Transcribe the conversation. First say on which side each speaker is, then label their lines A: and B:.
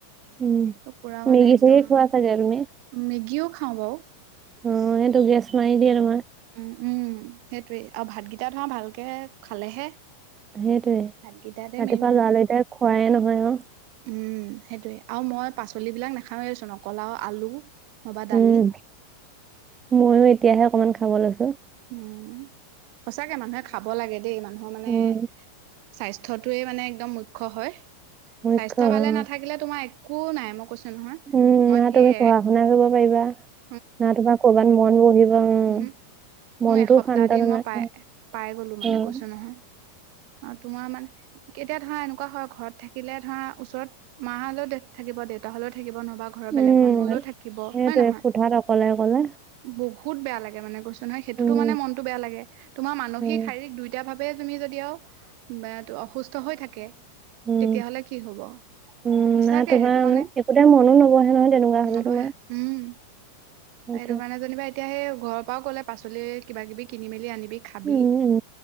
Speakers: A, on the right; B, on the right.
A: উম।
B: পোৰা মানে
A: মেগী
B: একদম,
A: চেগি খোৱা চাগে তুমি?
B: মেগীউ খাও বাও।
A: অ' সেইটো গেছ মাৰি দিয়ে তোমাৰ।
B: উম, উম, সেইটোৱেই আৰু ভাতগিটা ধৰা, ভালকে খালেহে।
A: সেইটোয়ে,
B: ভাতকেইটাতে
A: ৰাতিপুৱা
B: মেইন
A: লৰালৰিতে খোৱায়ে নহয় আওঁ।
B: উম সেইটোৱে, আৰু মই পাচলিবিলাক নেখাওঁয়ে চুন, অকল আওঁ আলু নবা
A: উম,
B: দালি
A: ময়ো এতিয়াহে, অকমান খাব লৈছোঁ।
B: উম, সঁচাকে মানুহে খাব লাগে দেই, মানুহ মানে
A: উম,
B: স্বাস্থ্যটোৱে মানে, একদম মুখ্য হয়।
A: মুখ্য
B: স্বাস্থ্য
A: অ'।
B: ভালে নাথাকিলে তোমাৰ একো নাই, মই কৈছোঁ নহয়,
A: উম,
B: মই
A: না
B: সেয়ে
A: তুমি পঢ়া শুনা কৰিব পাৰিবা
B: <unintelligible>
A: না তোমাৰ কৰ'বাত মন বহিব, <unintelligible>
B: উহু
A: মনটোও
B: মই এসপ্তাহ
A: শান্ত
B: দিন
A: নালাগে,
B: মই পাই, পাই গলো মানে,
A: অ'
B: কৈছোঁ নহয়। অ' তোমাৰ মানে, কেতিয়া ধৰা এনেকুৱা হয়, ঘৰত থাকিলে ধৰা, ওচৰত মা হ'লেও <unintelligible> থাকিব, দেউতা হ'লেও থাকিব, নহবা ঘৰৰ বেলেগ
A: উম।
B: মানুহ হ'লেও থাকিব,
A: সেইটোৱে
B: হয়, নহয়।
A: কোঠাত অকলে অকলে
B: বহুত বেয়া লাগে মানে, কৈছো নহয়। সেইটোতো
A: উম
B: মানে মনটো বেয়া লাগে, তোমাৰ মানসিক,
A: উম
B: শাৰীক দুইটা ভাৱ <unintelligible> তুমি যদি আওঁ <unintelligible> অসুস্থ হৈ থাকে,
A: উম
B: তেতিয়া হ'লে কি হ'ব।
A: উম
B: সঁচাকে
A: না তোমাৰ
B: সেইটো মানে
A: একোতে মনো নবহে নহয় তেনেকুৱা হলে
B: নবহে,
A: তোমাৰ
B: উম।
A: সেইটোৱে
B: সেইটো কাৰণে যেনিবা এতিয়া, সেই ঘৰৰ পাওঁ ক'লে, পাচলি কিবা কিবি কিনি মেলি আনিবি। খাবি
A: উম, উম,